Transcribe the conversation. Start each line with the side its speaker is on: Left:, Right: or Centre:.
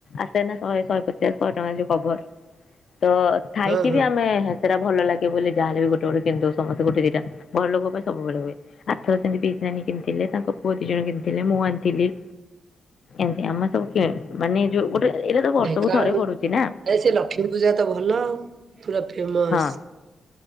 Left: ଆସେ ନା ଶହେ ଶହେ ପଚାଶ ଶହେ ଟଙ୍କା ଯୋଉ କଭର। ତ ଥାଇକି
Right: ହଁ ହଁ
Left: ବି ଆମେ ସେଟା ଭଲ ଲାଗେ ବୋଲି ଯାହାେଲେ ବି ଗୋଟେ ଗୋଟେ କିଣି ଦେଉ। ସମସ୍ତେ ଗୋଟେ ଦି ଟା। ଘରଲୋକ ପାଇଁ ସବୁବେଳେ ହୁଏ। ଆର ଥର ସେମିତି ପିସି ନାନୀ କିଣିଥିଲେ। ତାଙ୍କ ପୁଅ ଦି ଜଣ କିଣିଥିଲେ। ମୁଁ ଆଣିଥିଲି। ଏମତି ଆମେ ସବୁ କିଣୁ। ମାନେ ଯୋଉ ଗୋଟେ ଏଇଟା ତ ବର୍ଷକୁ
Right: ଢେଙ୍କାନାଳ,
Left: ଥରେ ପଡୁଛି ନା
Right: ହେ ସେ ଲକ୍ଷ୍ମୀ ପୂଜା ତ ଭଲ ଆଉ। ପୁରା ଫେମସ।
Left: ହଁ।